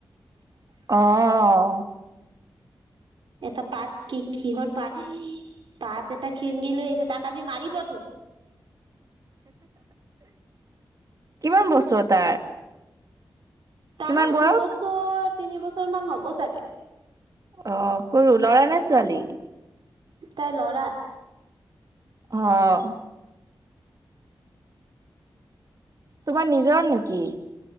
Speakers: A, on the right; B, on the right.
A: অ',
B: এটা পাত কি কিহৰ পাত? পাত এটা খিংগি লৈ আহিছে তাক আজি মাৰিব তো।
A: কিমান বছৰ তাৰ?
B: তাৰো
A: কিমান বয়স
B: দুবছৰ তিনি বছৰ মান হ'ব চাগে।
A: অ', সৰু লৰা নে ছোৱালী?
B: তাই ল'ৰা।
A: অ', তোমাৰ নিজৰ নেকি?